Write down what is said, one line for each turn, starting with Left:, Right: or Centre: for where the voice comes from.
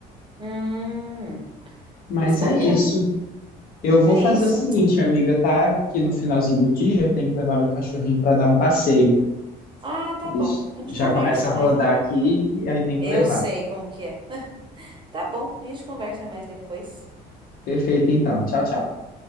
Right: Hum,
Left: Mas
Right: nossa, bacana.
Left: é isso. Eu vou
Right: É
Left: fazer
Right: isso.
Left: o seguinte, amiga, tá? Que no finalzinho do dia eu tenho que levar meu cachorrinho para dar um passeio.
Right: Ah, tá
Left: Ele
Right: bom. A gente
Left: já
Right: conversa
Left: começa a
Right: mais
Left: rodar
Right: depois.
Left: aqui e aí tem que
Right: Eu
Left: levar.
Right: sei como que é. Tá bom, a gente conversa mais depois.
Left: Perfeito, então. Tchau, tchau.